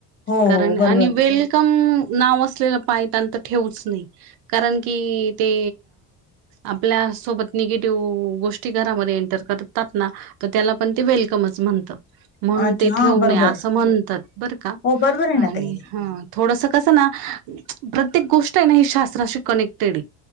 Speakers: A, on the left; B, on the right.
A: हो
B: कारण
A: हो बरोबर
B: आणि वेल कम नाव असलेलं पायतन ठेवूच नाही कारण की ते आपल्या सोबत निगेटिव्ह गोष्टी घरामध्ये एंटर करतात ना आता त्याला पण ते वेलकमच म्हणत. म्हणून
A: अच्छा
B: ते
A: हा
B: ठेव
A: बरोबर
B: नये असं म्हणतात बर का
A: हो बरोबर आहे ना
B: आणि
A: ताई
B: थोडस कसं ना प्रत्येक गोष्ट आहे ना ही शास्त्राशी कनेक्टेड आय.